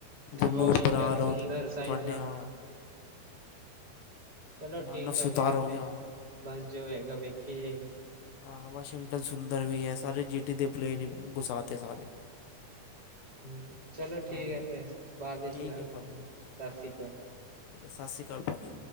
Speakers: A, on the left; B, on the right.
A: ਗੁਰਨੂਰ
B: ਵਾਸ਼ਿੰਗਟਨ,
A: ਬਰਾੜ ਔਰ
B: ਸੁੰਦਰ ਸਾਈਜ਼
A: ਤੁਹਾਡੇ
B: ਹਾਂ
A: ਆ
B: ਚਲੋ
A: ਮਾਨਵ
B: ਠੀਕ
A: ਸੁਤਾਰ
B: ਹੈ ਵੀਰੇ,
A: ਹੋ
B: ਫਿਰ
A: ਗਿਆ
B: ਬਸ ਜੋ ਹੋਏਗਾ ਵੇਖੀ ਜਾਏਗੀ।
A: ਹਾਂ, ਵਾਸ਼ਿੰਗਟਨ ਸੁੰਦਰ ਵੀ ਹੈ, ਸਾਰੇ ਜੀ ਟੀ ਦੇ ਪਲੇਅਰ ਹੀ ਗੁਸਾ ਤੇ ਸਾਰੇ।
B: ਹਮ, ਚਲੋ ਠੀਕ
A: ਹਾਂਜੀ
B: ਹੈ ਫੇਰ, ਬਾਅਦ ਚ
A: ਠੀਕ
B: ਗੱਲ
A: ਹੈ
B: ਕਰਾਂਗੇ,
A: ਭਾਅ ਜੀ ਓਕੇ
B: ਸਤਿ ਸ੍ਰੀ ਅਕਾਲ।
A: ਸਤਿ ਸ਼੍ਰੀ ਅਕਾਲ ਭਾਜੀ।